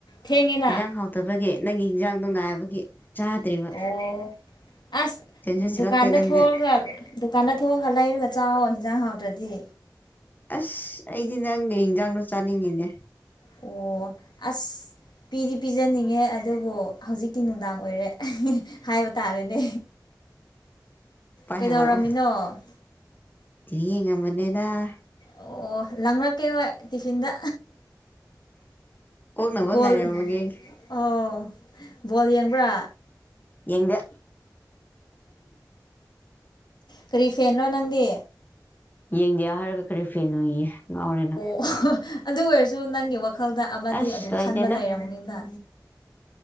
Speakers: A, on the left; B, on the left.
A: ꯊꯦꯡꯉꯦꯅ
B: ꯍꯤꯟꯁꯥꯡ ꯍꯥꯎꯇꯕꯒꯤ ꯅꯪꯒꯤ ꯍꯤꯖꯥꯡꯗꯣ ꯉꯥꯏꯕꯒꯤ ꯆꯥꯗ꯭ꯔꯤꯕ
A: ꯑꯣ ꯑꯁ
B: ꯆꯦꯟꯁꯨ ꯆꯦꯜꯂꯛꯇꯦ
A: ꯗꯨꯀꯥꯟꯗ
B: ꯅꯪꯗꯤ
A: ꯊꯣꯛꯑꯒ ꯗꯨꯀꯥꯟꯗ ꯊꯣꯛꯑꯒ ꯂꯩꯔꯒ ꯆꯥꯑꯣ ꯍꯤꯟꯖꯥꯡ ꯍꯥꯎꯇ꯭ꯔꯗꯤ
B: ꯑꯁ ꯑꯩꯗꯤ ꯅꯪꯒꯤ ꯏꯟꯖꯥꯡꯗꯣ ꯆꯥꯅꯤꯡꯉꯤꯅꯦ
A: ꯑꯣ ꯑꯁ ꯄꯤꯗꯤ ꯄꯤꯖꯅꯤꯡꯉꯦ ꯑ ꯗꯨꯕꯨ ꯍꯧꯖꯤꯛꯇꯤ ꯅꯨꯡꯗꯥꯡ ꯑꯣꯏꯔꯦ ꯍꯥꯏꯕ ꯇꯥꯔꯦꯅꯦ
B: ꯄꯥꯏꯍꯜꯂꯥꯛꯑꯣ
A: ꯀꯩꯗꯧꯔꯝꯃꯤꯅꯣ
B: ꯇꯤꯚꯤ ꯌꯦꯡꯉꯝꯃꯅꯦꯗꯥꯥ
A: ꯑꯣ ꯂꯥꯡꯔꯛꯀꯦ ꯅꯣꯏ ꯇꯤꯐꯤꯟꯗ
B: ꯑꯣꯛꯅꯕ
A: ꯕꯣꯜ
B: ꯉꯥꯏꯔꯝꯕꯒꯤ
A: ꯑꯥ ꯕꯣꯜ ꯌꯦꯡꯕ꯭ꯔꯥ
B: ꯌꯦꯡꯗꯦ
A: ꯀꯔꯤ ꯐꯦꯟꯅꯣ ꯅꯪꯗꯤ
B: ꯌꯦꯡꯗꯦ ꯍꯥꯏꯔꯒ ꯀꯔꯤ ꯐꯦꯡꯅꯣꯌꯦ ꯉꯥꯎꯔꯦ ꯅꯪ
A: ꯑꯣ ꯑꯗꯨ ꯑꯣꯏꯔꯁꯨ ꯅꯪꯒꯤ ꯋꯥꯈꯜꯗ ꯑꯃꯗꯤ
B: ꯑꯁ
A: ꯑꯗꯨꯝ
B: ꯂꯩꯇꯦꯗ
A: ꯈꯟꯕ ꯂꯩꯔꯝꯒꯅꯤꯗꯥ